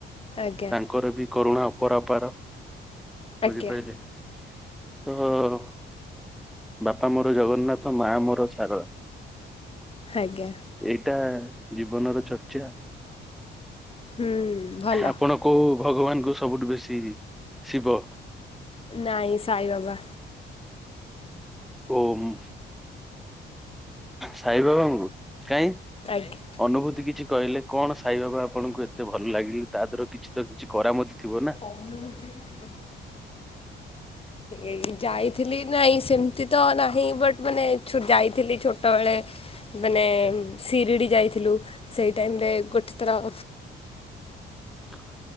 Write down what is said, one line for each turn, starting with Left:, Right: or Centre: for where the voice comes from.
Left: ଆଜ୍ଞା
Centre: କରେ ବି କରୁଣା ଅପରାପାର ବୁଝିପାରିଲେ
Left: ଆଜ୍ଞା
Centre: ତ ବାପା ମୋର ଜଗନ୍ନାଥ ମା ମୋର ସାରଳା
Left: ଆଜ୍ଞା
Centre: ଏଇଟା ଜୀବନର ଚର୍ଚ୍ଚା
Left: ହୁଁ ଭଲ
Centre: ଆପଣ କୋଉ ଭଗବାନଙ୍କୁୁ ସବୁଠୁ ବେଶୀ ଶିବ
Left: ନାଇଁ ସାଇ ବାବା
Centre: ଓମ୍ ସାଇ ବାବାଙ୍କୁ କାହିଁ
Left: ଆଜ୍ଞା।
Centre: ଅନୁଭୂତି କିଛି କହିଲେ କଣ ସାଇବାକୁ ଆପଣଙ୍କୁ ଏତେ ଭଲ ଲାଗିଲେ ତା ଧିଅରୁ କିଛି ତ କିଛି କରାମତି ଥିବ ନା
Left: ଅନୁଭୁତି ଥିବ ଏ ଯାଇଥିଲି ନାଇଁ ସେମିତି ତ ନାହିଁ ବଟ୍ ମାନେ ଯାଇଥିଲି ଛୋଟ ବେଳେ ମାନେ ଶିରିଡ଼ି ଯାଇଥିଲୁ ସେଇ ଟାଇମିରେ ଗୋଟେ ଥର
Centre: ହଁ